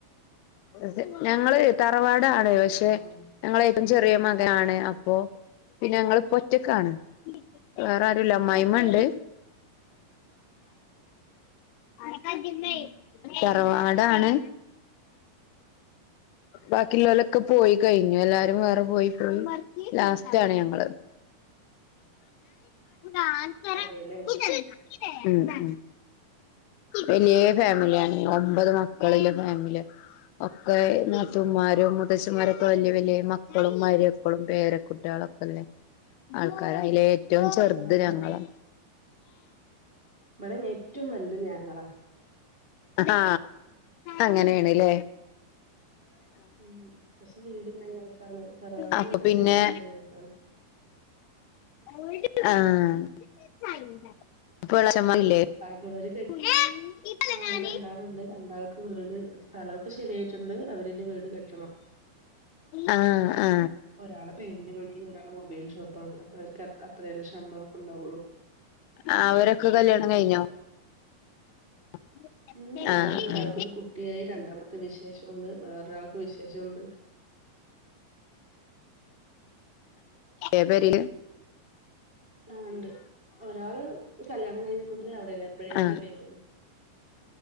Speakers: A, on the left (about 85°); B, on the right (about 35°).
A: അ ഞങ്ങള് തറവാടാണ
B: അതെയോ
A: പക്ഷെ
B: ആ
A: ഇ ചെറിയ മകാണ് അപ്പൊ പിന്നെ ഞങ്ങള് പൊറ്റക്കാണ്..... വേറെ ആരല്ല അമ്മായിയമ്മ ഉണ്ട്...... <unintelligible>
B: ഉം
A: റവാടാണ് ബാക്കിയുള്ളലൊക്കെ പോയി..... ഇ എല്ലാരും വേറെ പോയി പോയി ലാസ്റ്റ്ണ് ഞങ്ങള്..... <unintelligible>
B: അതെല്ലേ
A: വലിയ ഫാമിലിയാണ് ഒമ്പത് മക്കളിലെ ഫാമിലി...... ഒക്കെ നത്തൂമ്മാർ...... അദേശന്മാരൊക്കെ വലിയ വലിയ മക്കളും മാര്യക്കളും പേരെ കുുട്ടികളൊക്കെല്ലെ ആൾക്കാരാ........ എറ്റവും ചേർത്
B: ആ ആ
A: ഞങ്ങളാ....
B: ഇവിടെ ഏറ്റവും വലുത് ഞങ്ങളാ.....
A: ആ അങ്ങനെയണല്ലേ
B: ഉം പക്ഷെ വീട് ഞങ്ങൾക്കാണ് തറവാട്
A: അപ്പൊ
B: വീട് തന്നെയ
A: പിന്നെ
B: അത് ഞങ്ങൾക്കാണ്
A: ആ <unintelligible>
B: ബാക്കിയുള്ളവര് കെ ആ അവര് രണ്ടാളുണ്ട് രണ്ടാൾക്ക് വീട് സ്ഥലമൊക്കെ ശരിയായിട്ടുണ്ട് അവരിെ വീട് കെട്ടണം.....
A: ആ ആ
B: ഒരാള് പെയിന്റ് പണി ഒരാൾ മൊബൈൽ ഷോപ്പ ആണ് അപ്പൊ അവർക്ക് അത്രയല്ലേ ശമ്പളമ ഒക്കെണ്ടാള്ളു
A: ആ അവരൊക്കെ കല്യാണം കഴിഞ്ഞോ <unintelligible>
B: ഉം കല്യാണം
A: ആ
B: കഴിഞ്ഞു ഒരാൾക്കരു
A: ആ
B: കുട്ടിയായി രണ്ടാമത്തെ വിശേഷം ഉണ്ട് വേറൊരാൾക്ക് വിശേഷം ഉണ്ട്.
A: എവരില് <unintelligible>
B: ആ ഉണ്ട് ഒരാള് കല്യാണം കഴിഞ്ഞ മുതലേ അവിടെ എപ്പോഴെങ്കിലും
A: ആ
B: വരള്ളു.